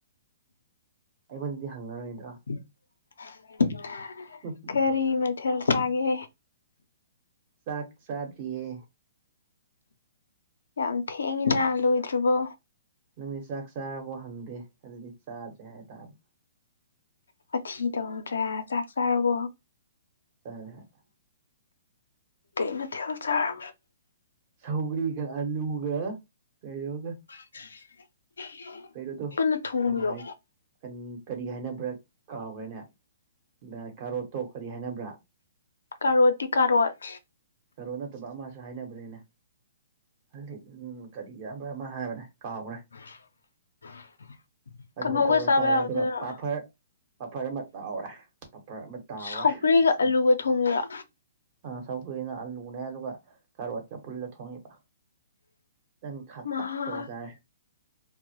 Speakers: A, on the right; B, on the left.
A: ꯑꯩꯉꯣꯟꯗꯗꯤ ꯍꯪꯉꯔꯣꯏꯗ꯭ꯔꯣ
B: <unintelligible>
A: <unintelligible>
B: ꯀꯔꯤ ꯃꯊꯦꯜ ꯆꯥꯒꯦ
A: ꯆꯥꯛ ꯆꯥꯗ꯭ꯔꯤꯌꯦ
B: ꯌꯥꯝ ꯊꯦꯡꯏꯅ ꯂꯣꯏꯗ꯭ꯔꯤꯕꯣ
A: ꯅꯪꯗꯤ ꯆꯥꯛ ꯆꯥꯔꯕꯣ ꯍꯪꯗꯦ ꯑꯗꯨꯗꯤ ꯆꯥꯗ꯭ꯔꯦ ꯍꯥꯏꯇꯥꯕ
B: ꯋꯥꯊꯤ ꯇꯧꯗꯔꯥ ꯆꯥꯛ ꯆꯥꯔꯕꯣ
A: ꯆꯂ‌ꯦ
B: ꯀꯩ ꯃꯊꯦꯜ ꯆꯥꯔ
A: ꯁꯧꯒ꯭ꯔꯤꯒ ꯑꯂꯨꯒ ꯀꯩꯅꯣꯒ
B: <unintelligible>
A: ꯀꯩꯩꯅꯣꯗꯣ
B: ꯄꯨꯟꯅ ꯊꯣꯡꯉꯤꯔꯣ
A: ꯀꯔꯤ ꯍꯥꯏ ꯀꯅꯤ ꯀꯔꯤ ꯍꯥꯏꯅꯕ꯭ꯔꯥ ꯀꯥꯎꯒ꯭ꯔꯦꯅꯦ ꯅꯥ ꯀꯥꯔꯣꯠꯇꯣ ꯀꯔꯤ ꯍꯥꯏꯅꯕ꯭ꯔꯥ
B: ꯀꯥꯔꯣꯠꯇꯤ ꯀꯥꯔꯣꯠ
A: ꯀꯥꯔꯣꯠ ꯅꯠꯇꯕ ꯑꯃꯥꯁꯨ ꯍꯥꯏꯅꯕꯔꯅ ꯍꯂꯤꯠ ꯎꯝ ꯀꯔꯤ ꯌꯥꯝꯕ꯭ꯔ ꯑꯃꯥ ꯍꯥꯏꯕꯅꯦ ꯀꯥꯎꯒ꯭ꯔꯦ
B: <unintelligible>
A: ꯑꯗꯨꯒ
B: ꯀꯥꯡꯍꯧꯒ
A: ꯇꯧꯔ
B: ꯆꯥꯕ
A: ꯆꯥꯔꯦ
B: ꯌꯥꯕꯗꯨꯔꯣ
A: ꯑꯗꯨꯒ ꯄꯥꯐꯔ ꯄꯥꯐꯔ ꯑꯃꯥ ꯇꯥꯎꯔꯦ ꯄꯥꯐꯔ ꯑꯃꯥ ꯇꯥꯎꯋ‌ꯦ
B: ꯁꯧꯒ꯭ꯔꯤꯒ
A: ꯃꯁꯛ
B: ꯑꯂꯨꯒ ꯊꯣꯡꯉꯤꯔꯣ
A: ꯑꯥ ꯁꯧꯒꯔꯤ ꯅꯦ ꯑꯜꯂꯨꯅꯦ ꯑꯗꯨꯒ ꯀꯥꯔꯣꯠꯀ ꯄꯨꯜꯂ ꯊꯣꯡꯉꯤꯕ ꯇꯪ ꯈꯥꯇꯛ
B: ꯃꯍꯥꯛ
A: ꯇꯧꯔꯥ ꯆꯥꯔꯦ